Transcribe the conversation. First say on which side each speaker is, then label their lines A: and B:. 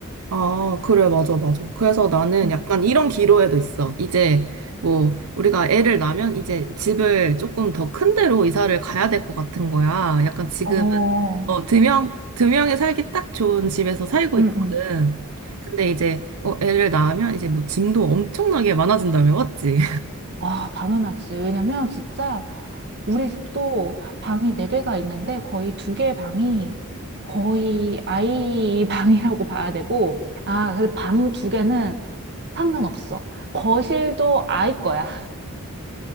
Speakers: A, on the right; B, on the right.
A: 아, 그래, 맞아, 맞아. 그래서 나는
B: 음.
A: 약간 이런 기로에도 있어. 이제, 뭐, 우리가 애를 낳으면 이제 집을 조금 더 큰 데로 이사를 가야 될 것 같은 거야. 약간 지금은,
B: 어,
A: 어, 두 명, 두 명이 살기 딱 좋은 집에서 살고
B: 응응응.
A: 있거든. 근데 이제, 어, 애를 낳으면 이제 뭐 짐도 엄청나게 많아진다며, 맞지?
B: 와, 당연하지. 왜냐면 진짜 우리 집도 방이 네개가 있는데 거의 두 개 방이 거의 아이 <laughs> 방이라고 봐야 되고, 아, 근데 방 두개는 상관없어. 거실도 아이 거야.